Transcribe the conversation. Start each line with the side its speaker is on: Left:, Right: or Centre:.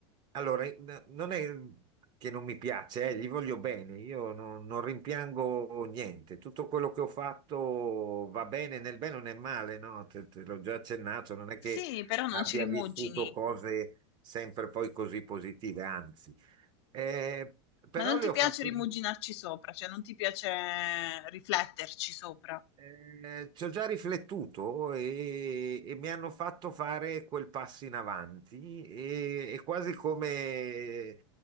Right: allora, n- non è che non mi piace, eh, gli voglio bene, io non, non rimpiango niente, tutto quello che ho fatto va bene, nel bene o nel male, no? Te, te l'ho già accennato, non è che
Left: Sì, però non ci
Right: abbia
Left: rimugini,
Right: vissuto cose sempre poi così positive, anzi, Eh, però
Left: ma non
Right: le
Left: ti piace
Right: ho fatte
Left: rimuginarci
Right: mie.
Left: sopra, cioè non ti piace rifletterci sopra.
Right: Eh, ci ho già riflettuto e, e mi hanno fatto fare quel passo in avanti e, è quasi come,